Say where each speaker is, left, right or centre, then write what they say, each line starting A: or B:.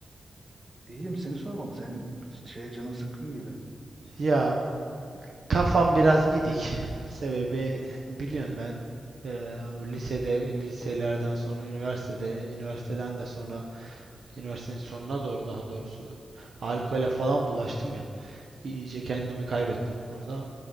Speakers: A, on the right (about 20°); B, on the right (about 50°).
A: İyiyim seni sormalı. Senin bir şeye canın sıkkın gibi.
B: Ya kafam biraz gidik. Sebebi biliyorsun ben eee, lisede, liselerden sonra üniversitede, üniversiteden de sonra üniversitenin sonuna doğru daha doğrusu alkole falan bulaştım ya. İyice kendimi kaybettim o konuda.